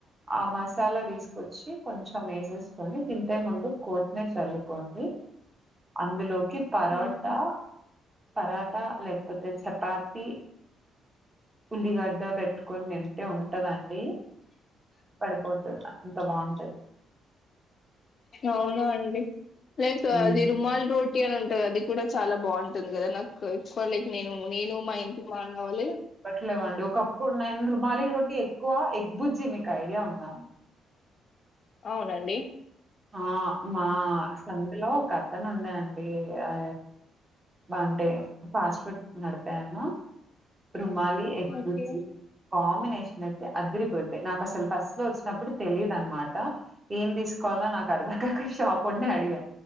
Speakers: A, on the right (about 25°); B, on the left (about 50°).
A: ఆ మసాలా తీసుకొచ్చి కొంచం వేసేసుకొని దింపే ముందు కోత్తిమీర్ చల్లుకోండి అందులోకి పరోటా
B: ఓకే
A: పరాటా లేకపోతే చపాతి ఉల్లిగడ్డ పెట్టుకొని తిం టే ఉంటదండి పడిపోతది అంత బాగుంటది
B: అవునా అండి లైక్
A: ఉమ్
B: అది రుమాల్ రోటీ టీ ఉంటంది అది కూడా చాలా బాగుంటుంది కదా నాకు కొలిక్ నేను నేను మా ఇంటి మాన్ కావాలి
A: ఇప్పట్లేవండి ఒకప్పుడు నేను రుమాలి రోటీ ఎక్కువ ఎగ్బుజ్జి మీకు ఐడియా ఉందా
B: అవునండి
A: ఆ మా సందులో ఒక అతను ఉండే అండి అ బా అంటే ఫాస్ట్ ఫుడ్ నడిపాను రుమాలి ఎగ్బుర్జి
B: ఓకే
A: కాంబినేషన్ అయితే అదిరిపోద్ది నాకు అసలు ఫస్ట్ లో వచ్చినప్పుడు తెలిదు అన్నమాట ఏం తీసుకో వాలో నాకు అర్దం కాకా అ షాపోన్నే అడిగా